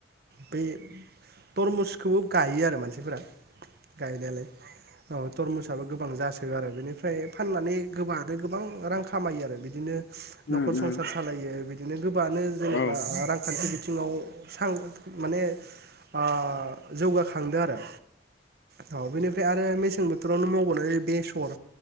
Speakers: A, on the right; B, on the left.
A: बे थरमुसखौबो गायो आरो मानसिफोरा। गायनायालाय औ। थरमुसाबो गोबां जासो गारो बेनिफ्राय फाननानै गोबां आरो गोबां रां खामायो आरो बिदिनो
B: उम
A: नखर
B: उम
A: संसार सालायो बिदिनो गोबाङानो जेनेबा
B: औ
A: रांखान्थि बिथिङाव माने ओ जौगाखांदों आरो। औ बेनिफ्राय आरो मेसें बोथोरावनो मावबोनाय‌ बेसर